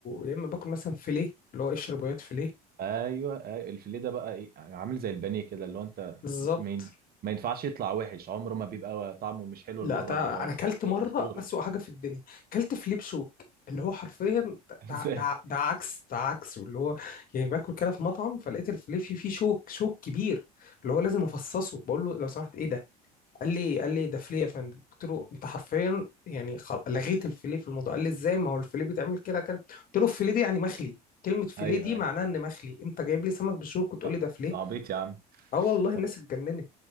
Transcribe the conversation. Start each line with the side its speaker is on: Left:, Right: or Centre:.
Left: يا اما باكل مثلا فيليه اللي هو قشر بياض فيليه
Right: ايوه ايوه الفيليه ده بقى ايه يعني عامل زي البانيه كده اللي هو انت
Left: بالظبط
Right: ما ين- ما ينفعش يطلع وحش عمره ما بيبقى طعمه مش حلو
Left: لا
Right: المره
Left: تع...
Right: دي هو
Left: انا اكلت
Right: شيء
Left: مره
Right: اسطوري
Left: اسوأ حاجه في الدنيا اكلت فيليه بشوك اللي هو حرفيا
Right: <laughs>
Left: ده
Right: ازاي
Left: ده ده عكس ده عكس اللي هو يعني باكل كده في مطعم فلقيت الفيليه فيه فيه شوك شوك كبير اللي هو لازم افصصه بقول له لو سمحت ايه ده قال لي قال لي ده فليه يا فندم قلت له انت حرفيا يعني خل... لغيت الفليه في الموضوع قال لي ازاي ما هو الفليه بيتعمل كده كده قلت له الفليه دي يعني مخلي كلمه فليه
Right: ايوه
Left: دي
Right: أيوة.
Left: معناها ان مخلي انت جايب لي سمك بشوك وتقول
Right: ده
Left: لي ده فليه
Right: ده عبيط يا عم
Left: اه والله الناس
Right: طب
Left: اتجننت